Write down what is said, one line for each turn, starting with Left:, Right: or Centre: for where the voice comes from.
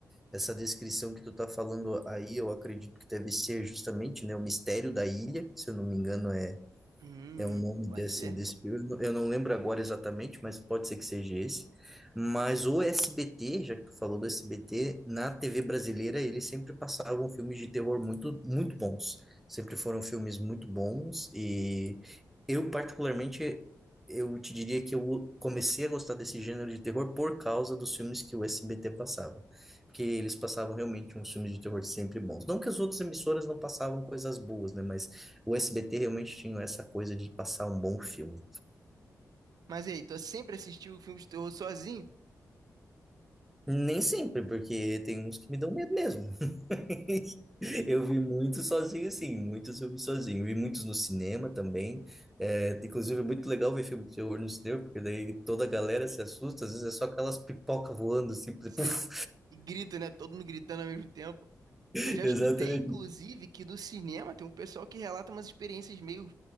Centre: essa descrição que tu tá falando aí, eu acredito que deve ser justamente, né, o mistério da ilha, se eu não me engano, é
Right: Hum,
Centre: é o nome
Right: pode
Centre: desse,
Right: ser.
Centre: desse filme. Eu não lembro agora exatamente, mas pode ser que seja esse. Mas o SBT, já que tu falou do SBT, na TV brasileira eles sempre passavam filmes de terror muito, muito bons. Sempre foram filmes muito bons. E eu, particularmente, eu te diria que eu comecei a gostar desse gênero de terror por causa dos filmes que o SBT passava. Porque eles passavam realmente uns filmes de terror sempre bons. Não que as outras emissoras não passavam coisas boas, né? Mas o SBT realmente tinha essa coisa de passar um bom filme.
Right: Mas e aí, tu sempre assistiu filmes de terror sozinho?
Centre: Nem sempre, porque tem uns que me dão medo mesmo. <laughs> Eu vi muitos sozinho, sim, muitos eu vi sozinho. Vi muitos no cinema também. É, inclusive, é muito legal ver filme de terror no cinema, porque daí toda a galera se assusta, às vezes é só aquelas pipoca voando, assim, <laughs> puf,
Right: Sim. E grita, né? Todo mundo gritando ao mesmo tempo.
Centre: exatamente.
Right: Eu já escutei, inclusive, que no cinema tem um pessoal que relata umas experiências meio